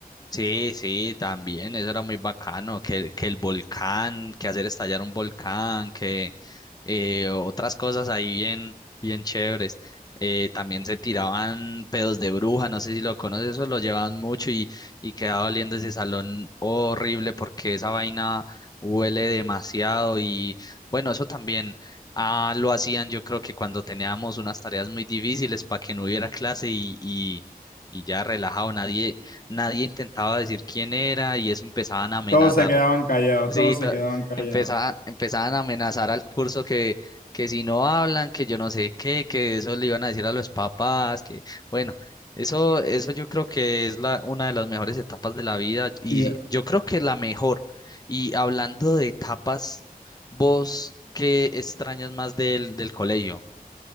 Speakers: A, on the left; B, on the left.
A: Sí, sí, también, eso era muy bacano, que, que el volcán, que hacer estallar un volcán, que eh, otras cosas ahí bien, bien chéveres. Eh, también se tiraban pedos de bruja, no sé si lo conoces, eso lo llevaban mucho y, y quedaba oliendo ese salón horrible porque esa vaina huele demasiado y bueno, eso también ah, lo hacían yo creo que cuando teníamos unas tareas muy difíciles para que no hubiera clase y y- y ya relajado, nadie, nadie intentaba decir quién era y eso empezaban a amenazar.
B: Todos se quedaban callados,
A: Sí,
B: todos
A: ta-
B: se quedaban callados.
A: empezaban, empezaban a amenazar al curso que, que si no hablan, que yo no sé qué, que eso le iban a decir a los papás, que bueno, eso, eso yo creo que es la, una de las mejores etapas de la vida y
B: Fíjate-
A: yo creo que la mejor. Y hablando de etapas, ¿vos qué extrañas más del, del colegio?